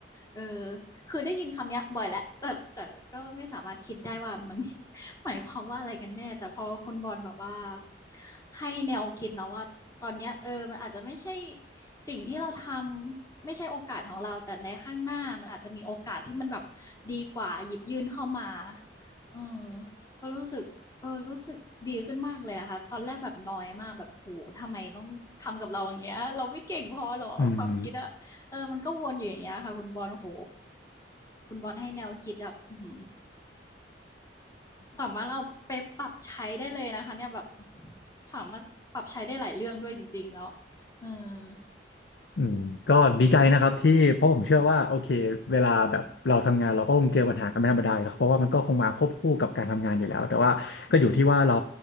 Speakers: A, on the left (about 20°); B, on the left (about 65°).
A: เออคือได้ยินคำเนี้ยบ่อยแล้วแต่แต่ก็ไม่สามารถคิดได้ว่ามัน <laughs> หมายความว่าอะไรกันแน่แต่พอคุณบอลแบบว่าให้แนวคิดเนาะว่าตอนเนี้ยเออมันอาจจะไม่ใช่สิ่งที่เราทำ ไม่ใช่โอกาสของเราแต่ในข้างหน้ามันอาจจะมีโอกาสที่มันแบบดีกว่าหยิบยื่นเข้ามาอืมก็รู้สึกเออรู้สึกดีขึ้นมากเลยนะคะตอนแรกแบบน้อยมากแบบโหทำไมต้องทำกับเราอย่างเงี้ยเราไม่เก่งพอหรอความคิดอะเออมันก็วนอยู่อย่างเงี้ยค่ะคุณบอลโห
B: อืม
A: คุณบอลให้แนวคิดแบบ้ <laughs> สามารถเอาไปปรับใช้ได้เลยนะคะเนี่ยแบบสามารถปรับใช้ได้หลายเรื่องด้วยจริงๆแล้วเออ
B: อืมก็ดีใจนะครับที่เพราะผมเชื่อว่าโอเคเวลาแบบเราทำงานเราก็คงเจอปัญหากันเป็นธรรมดาอยู่แล้วเพราะว่ามันก็คงมาควบคู่กับการทำงานอยู่แล้วแต่ว่าก็อยู่ที่ว่าเรา